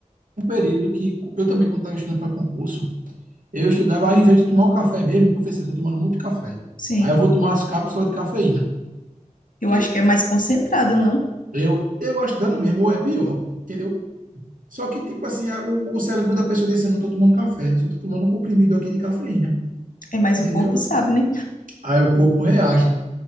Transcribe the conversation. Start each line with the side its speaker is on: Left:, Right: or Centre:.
Right: um período que eu também, quando estava estudando para concurso, eu estudava ao invés de tomar o café mesmo, professor, eu estou tomando muito café.
Left: Sim,
Right: Aí eu vou tomar as cápsulas de cafeína,
Left: eu
Right: que
Left: acho que é mais concentrado, não?
Right: eu, eu acho que dá no mesmo, ou é pior, entendeu? Só que, tipo assim, a- o, o cérebro da pessoa diz assim, não estou tomando café, eu só estou tomando um comprimido aqui de cafeína,
Left: É mais
Right: entendeu?
Left: o corpo sabe, né?
Right: Aí o corpo reage.